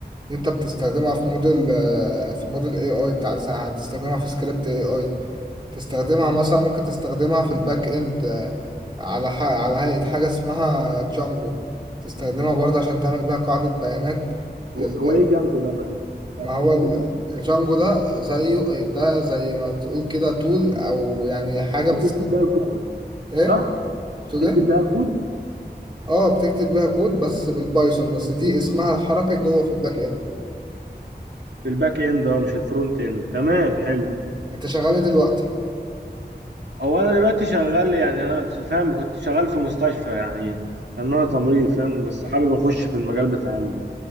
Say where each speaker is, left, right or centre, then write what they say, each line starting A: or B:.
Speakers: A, on the right; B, on the right.
A: انت بتستخدمها في موديل آه، في موديل اي اي بتاع هتستخدمها في سكريبت اي اي تستخدمها مثلا ممكن تستخدمها في الباك اند آه، على ح... على هيئة حاجة اسمها جانجو تستخدمها برضه عشان تعمل بيها قاعدة بيانات لل...
B: هو هو ايه جانجو ده معلش يعني انت
A: ما
B: برضه
A: هو ال-
B: لغه
A: الجانجو ده زيه ده زي ما تقول كده تول او يعني حاجة بتست
B: بتكتب بيها الكود
A: ايه
B: صح؟
A: تقول
B: تكتب
A: ايه
B: بيها الكود
A: اه بتكتب بيها كود بس بالبايثون بس دي اسمها الحركي جوه في الباك اند
B: في الباك اند اه مش الفرونت اند تمام حلو
A: انت شغال ايه دلوقتي
B: هو انا دلوقتي شغال يعني انا فاهم كنت شغال في مستشفى يعني ان انا تمريض فاهم بس حابب اخش في المجال بتاع ال-